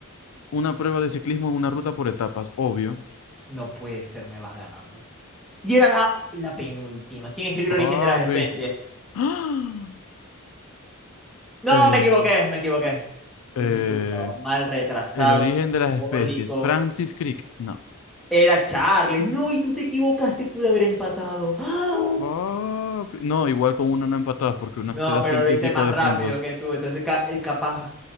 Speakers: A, on the left; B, in the centre.
A: Una prueba de ciclismo en una ruta por etapas, obvio.
B: No puede ser, me vas ganando. Y era la, la penúltima. ¿Quién escribió
A: Papi.
B: el origen de las especies?
A: <gasps> ¡Ah!
B: No,
A: Eh,
B: me equivoqué, me equivoqué. Yo
A: eh,
B: soy súper mal retrasado,
A: el origen de las
B: alcohólico.
A: especies. Francis Crick. No.
B: Era Charles. No, y tú te equivocaste, pude haber empatado. ¡Ah!
A: Papi. No, igual con una no empatadas porque una
B: No,
A: te da
B: pero
A: ciento
B: lo hice
A: y pico
B: más
A: de
B: rápido
A: puntos.
B: que tú, entonces ca- eh, capaz